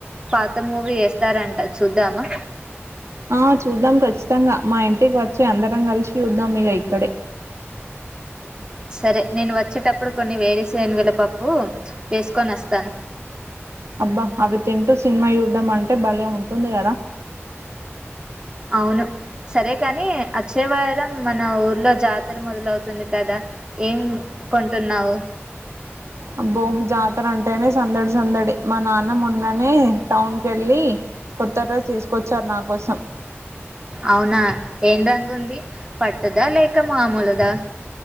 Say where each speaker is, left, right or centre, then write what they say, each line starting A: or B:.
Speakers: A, on the right; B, on the right.
A: పాత మూవీ ఏస్తారంట చూద్దామా
B: ఆ చూద్దాం ఖచ్చితంగా మా ఇంటికి వచ్చి అందరం కలిసి చూద్దాం ఇగ ఇక్కడే
A: సరే నేను వచ్చేటప్పుడు కొన్ని వేరుశనగల పప్పు వేసుకొని వస్తాను
B: అబ్బ అవి తింటూ సినిమా చూడ్డం అంటే భలే ఉంటుంది కదా
A: అవును సరే కానీ అచ్చే వారం మన ఊర్లో జాతర మొదలవుతుంది కదా ఏం కొంటున్నావు
B: అబ్బో జాతర అంటేనే సందడి సందడి మా నాన్న మొన్ననే టౌన్ వెళ్ళి కొత్త డ్రెస్ తీసుకొచ్చారు నా కోసం
A: అవునా ఏం రంగు ఉంది పట్టుదా లేక మాముూలుదా